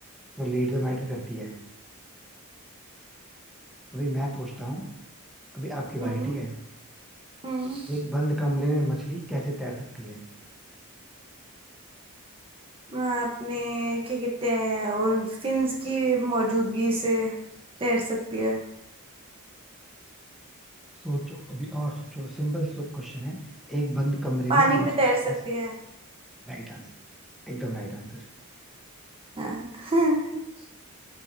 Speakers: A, in the centre; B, on the right (about 25°).
A: तो लीड तो मैटर करती है अभी मैं पूछता हूँ अभी आपकी बारी
B: हम्म
A: ठीक है
B: हम्म
A: एक बंद कमरे में मछली कैसे तैर सकती है
B: आपने क्या कहते हैं उन फिन्स की मौजूदगी से तैर सकती है
A: सोचो अभी और सोचो सिंपल क्वेश्चन है एक बंद कमरे
B: पानी
A: में
B: में
A: मछली
B: तैर
A: कैसे
B: सकती है
A: राइट आंसर एकदम राइट आंसर
B: हाँ <laughs>